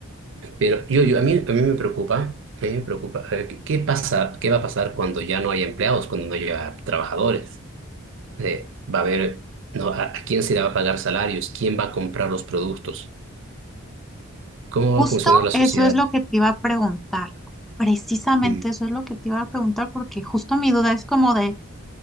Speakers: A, on the right; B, in the centre.
A: pero yo, yo, a mí, a mí me preocupa, a mí me preocupa, a ver, ¿qué qué pasa, qué va a pasar cuando ya no haya empleados, cuando no haya trabajadores? Eh, va a haber, no, ¿a a quién se le va a pagar salarios? ¿Quién va a comprar los productos? ¿Cómo
B: Justo
A: va a funcionar la
B: eso
A: sociedad?
B: es lo que te iba a preguntar. Precisamente
A: Sí,
B: eso es lo que te iba a preguntar, porque justo mi duda es como de